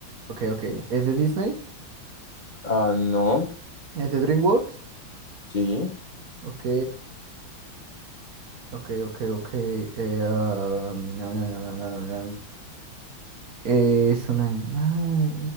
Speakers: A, on the right (about 50°); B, on the left (about 35°).
A: Ok, ok. ¿Es de Disney?
B: ah, no,
A: ¿Es de DreamWorks?
B: sí,
A: Ok, ok, ok, ok. eh, ah, no, no, no, no, no, no, no. ¿Es un animal?